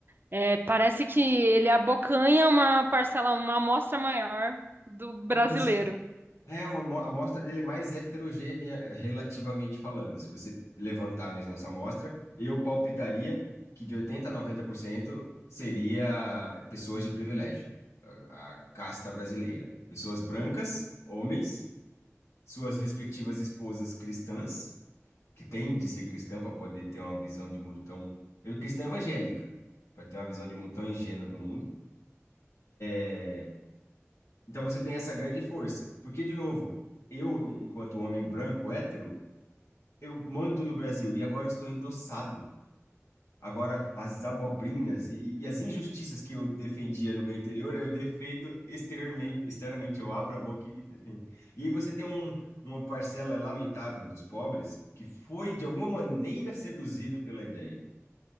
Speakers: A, on the right; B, on the left.
A: É, parece que ele abocanha uma parcela, uma amostra maior do brasileiro.
B: Mas é uma amo- a amostra dele é mais heterogênea relativamente falando. Se você levantar mesmo essa amostra, eu palpitaria que de 80 a 90% seria pessoas de privilégio, a a casta brasileira. Pessoas brancas, homens, suas respectivas esposas cristãs que tem de ser cristão para poder ter uma visão de mundo tão. Eu, cristã evangélica, para ter uma visão de mundo tão ingênua do mundo. É, então você tem essa grande força. Porque, de novo, eu, enquanto homem branco hétero, eu mando no Brasil e agora eu estou endossado. Agora, as abobrinhas e, e as injustiças que eu defendia no meu interior, eu defendo exteriormente, externamente, eu abro a boca e defendo. E aí você tem um, uma parcela lamentável dos pobres que foi, de alguma maneira, seduzido pela ideia.